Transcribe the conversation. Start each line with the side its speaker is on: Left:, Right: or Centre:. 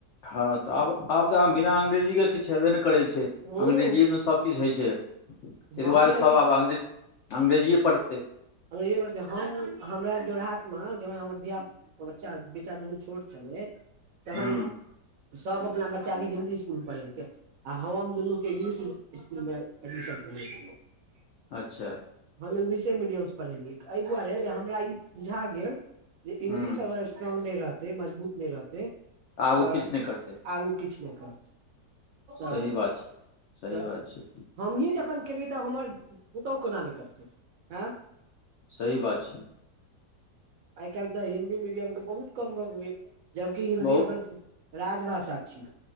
Left: हँ तऽ आब आब तऽ बिना अंग्रेजीके किछ हेब्बे नैय करै छै
Right: हूँ
Left: अंग्रेजीएमे सब किछ होइ छै तय
Right: हम
Left: दुआरे
Right: छलियै
Left: सब आब अग्रेज अंग्रेजिए पढ़तै।
Right: अंग्रेजीए बजतै हम हमरा जोराहटमे जहन हमर धियापुता ओ बच्चा बेटा दुनू छोट छलै तखन
Left: हूँ
Right: सब अपना बच्चा के हिन्दी इस्कूलमे पढ़ेलकै। आ हम दुनू के इंग्लिश इसकुल में एडमिशन करे <unintelligible>
Left: अच्छा।
Right: हम इंग्लिशे मीडियमसँ पढ़ेलियै अय दुआरे जे हमरा ई बुझा गेल जे इंग्लिश
Left: हूँ
Right: अगर स्ट्रॉंग नैय रहतै मजबूत नैय रहतै
Left: आगू
Right: तऽ
Left: किछु नहि करतै
Right: आगू किछ नै करतै। तऽ
Left: सही बात छै सही
Right: तऽ
Left: बात छै।
Right: हमहीँ जखन केलियै तऽ हमर पुतौह कोना नैय करतै एँ।
Left: सही बात छै।
Right: आइ काइल तऽ हिंन्दी मीडियम के बहुत कम भऽ गेलै जबकि हिन्दी
Left: बहु
Right: अपना सब राजभाषा छी।